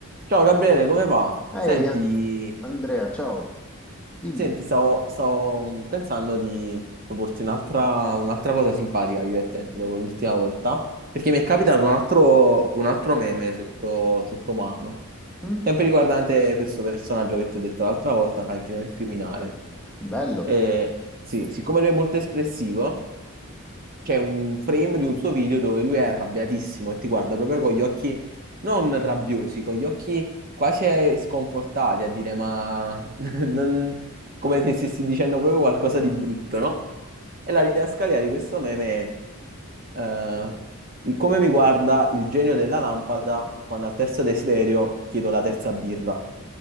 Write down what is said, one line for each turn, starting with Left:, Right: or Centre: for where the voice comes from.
Right: Ciao Gabriele, come va?
Centre: Ehi
Right: Senti,
Centre: A- Andrea, ciao, dimmi.
Right: senti, stavo, stavo pensando di proporti un'altra un'altra cosa simpatica, divertente dopo l'ultima volta, perché mi è capitato un altro, un altro meme sotto, sotto mano,
Centre: Mm?
Right: sempre riguardante questo personaggio che ti ho detto l'altra volta, Franchino il criminale.
Centre: Bello.
Right: E, sì, siccome lui è molto espressivo, c'è un frame di un suo video dove lui è arrabbiatissimo e ti guarda proprio con gli occhi non rabbiosi, con gli occhi quasi eh, sconfortati a dire ma <laughs> non- come se stessi dicendo proprio qualcosa di brutto, no? E la didascalia di questo meme è eh, il come mi guarda il genio della lampada quando al terzo desiderio chiedo la terza birra.